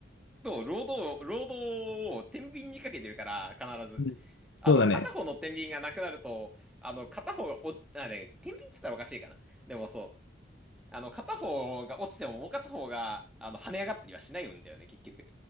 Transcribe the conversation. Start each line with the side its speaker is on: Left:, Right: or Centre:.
Centre: と労働、労働を天秤にかけてるから、必ず。
Left: うん
Centre: あの、
Left: そうだね。
Centre: 片方の天秤がなくなると、あの、片方がお、あ、ね、天秤って言ったらおかしいかな。でもそう。あの、片方が落ちてももう片方が、あの、跳ね上がったりはしないんだよね、結局。